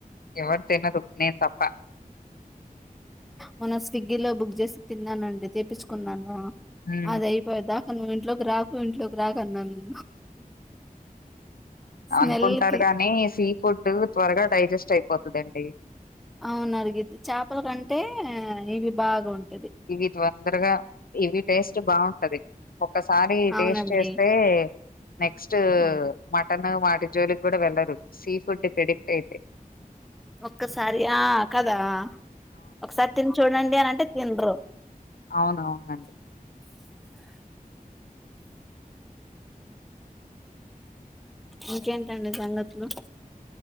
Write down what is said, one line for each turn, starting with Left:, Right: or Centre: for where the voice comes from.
Left: ఎవరు తినరు నేను తప్ప
Centre: మన్న స్విగ్గిలో బుక్ చేసి తిన్నానండి తీప్పించుకున్నాను
Left: హ్మ్.
Centre: అద అయిపోయ దాకా నువ్వు ఇంట్లోకి రాకు ఇంట్లోకి రాక అన్నాను స్మెల్
Left: అనుకుంటారు
Centre: కి
Left: గాని సీ ఫుడ్ త్వరగా డైజెస్ట్ అయిపోతుందండి
Centre: అవునరిగిద్ది చాపల కంటే ఇవి బాగా ఉంటాది
Left: ఇవి తొందరగా ఇవి టేస్ట్ బాగుంటది ఒక్కసారి
Centre: అవునండి
Left: టేస్ట్ చేస్తే నెక్స్ట్
Centre: హ్మ్.
Left: మటన్ వాటి జోలికి కూడా వెళ్లరు సీ ఫుడ్ కి అడిక్ట్ అయితే
Centre: ఒక్కసారి ఆ కదా ఒకసారి తిని చూడండి అని అంటే తిన్రు
Left: అవునవునండి
Centre: ఇంకేంటండి సంగతులు